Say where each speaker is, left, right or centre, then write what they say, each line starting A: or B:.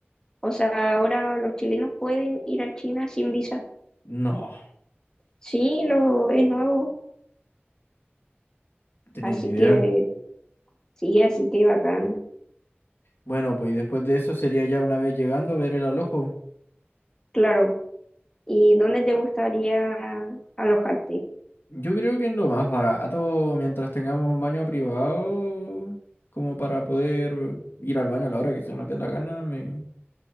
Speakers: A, on the left (about 15°); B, on the left (about 60°).
A: o sea, ahora los chilenos pueden ir a China sin visa.
B: No,
A: Sí, no, es nuevo,
B: no tenía
A: así
B: ni idea.
A: que sí, así que bacán,
B: Bueno, pues y después de eso sería ya una vez llegando ver el alojo.
A: claro. ¿Y dónde te gustaría alojarte?
B: Yo creo que es lo más barato mientras tengamos un baño privado, como para poder ir al baño a la hora que se nos dé la gana, me,